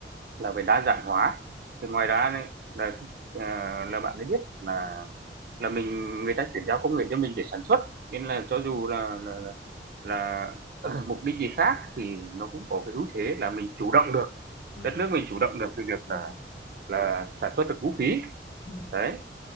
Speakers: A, on the right; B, on the left.
A: là về đa dạng hóa thì ngoài ra này là à, là bạn ấy biết là là mình người ta chuyển giao công nghệ cho mình để sản xuất nên là cho dù là là là, là <clears throat> mục đích gì khác thì nó cũng có cái ưu thế là mình chủ động được
B: ừ
A: đất nước mình chủ động được từ việc
B: ừ
A: là là sản xuất được vũ khí
B: ừ
A: đấy